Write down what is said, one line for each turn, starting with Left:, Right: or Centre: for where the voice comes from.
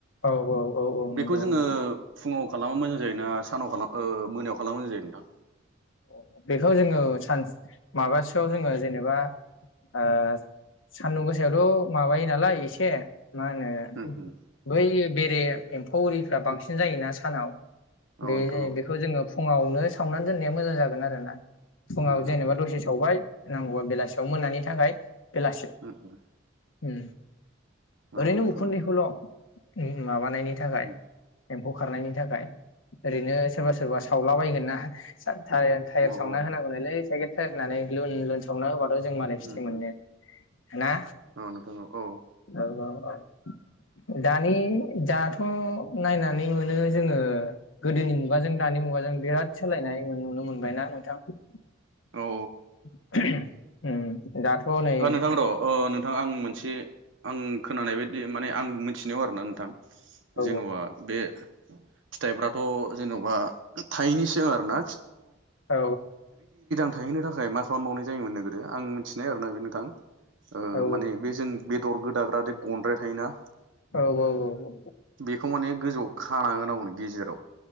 Left: औ औ औ औ
Right: बेखौ
Left: नंगौ
Right: जोङो
Left: नोंथां।
Right: फुङाव खालामा मोजां जायोना सानाव खाला ओ मोनायाव खालामबा मोजां जायो नोंथां
Left: अ अ बेखौ जोङो सान माबासोयाव जोङो जेनेबा ओ सान्दुं गोसायावथ' माबायो नालाय एसे मा होनो
Right: उम उम
Left: बैयो बेरे एम्फौ एरिफ्रा बांसिन जायोना सानाव
Right: औ
Left: बे
Right: नोंथां
Left: जे
Right: औ
Left: बेखौ जोङो फुङावनो सावनानै दोन मोजां जागोन आरोना फुङाव
Right: उम उम
Left: जेनेबा
Right: उम
Left: दसे सावबाय नांगौबा बेलासियाव मोनानि थाखाय बेलासि
Right: उम उम
Left: उम
Right: औ
Left: ओरैनो
Right: नोंथां
Left: उखुन्दैखौल'
Right: औ
Left: उम मा मानायनि थाखाय
Right: उम
Left: खारनायनि थाखाय ओरैनो सोरबा सोरबा सावला बायगोन ना सा टा टायार
Right: औ
Left: सावना
Right: औ
Left: होनांगौ नोलै साइकेल <unintelligible> लुन लुन सावना होबा जों मालाय फिथाइ
Right: उम
Left: मोनो
Right: उम
Left: ना
Right: औ नोंथां औ औ
Left: औ औ अ दानि दाथ नायना सानै मोनो जोङो गोदोनि मुगाजों दानि मुगाजों बिराद सोलायनाय नुनो मोनबायना नोंथां <inaudible>
Right: औ
Left: नै
Right: ओ नोंथां र' नोंथां आं मोनसे आं खोनानाय बायदि माने आं मिथिनायाव आरोना नोंथां
Left: औ
Right: जेन'बा बे फिथाइफ्राथ' जेन'बा थायनैसो आरोना
Left: औ
Right: <unintelligible> थाहैनो थाखाय मा खालामबावनाय जायोमोन नोंथां आं मिथिनाय आरोना बे नोंथां ओ
Left: औ
Right: माने बे जों बेदर गोद दाग्रा दे गनद्राय थायोना
Left: औ औ औ औ
Right: बेखौ माने गोजौआव खाना होनांगौनो गेजेराव